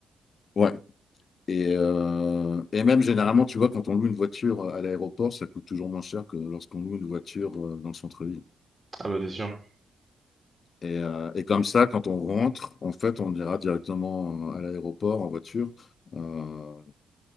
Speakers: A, on the left; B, on the right.
A: ouais. Et, euh, et même généralement, tu vois, quand on loue une voiture euh, à l'aéroport, ça coûte toujours moins cher que lorsqu'on loue une voiture euh, dans le centre-ville.
B: Ah bah, c'est sûr.
A: Et, euh, et comme ça, quand on rentre, en fait, on ira directement euh, à l'aéroport en voiture. Euh,